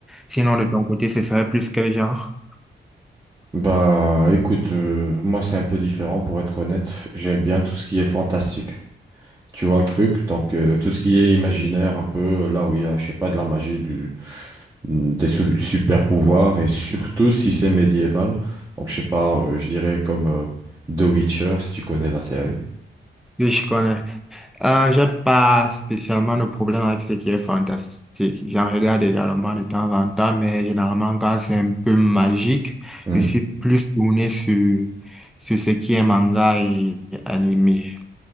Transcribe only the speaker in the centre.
Sinon, de ton côté, ce serait plus quel genre?
Oui, je connais. Euh, j'ai pas spécialement de problème avec ce qui est fantastique. J'en regarde également de temps en temps, mais généralement quand c'est un peu magique,
je suis plus tourné sur, sur ce qui est manga et animé.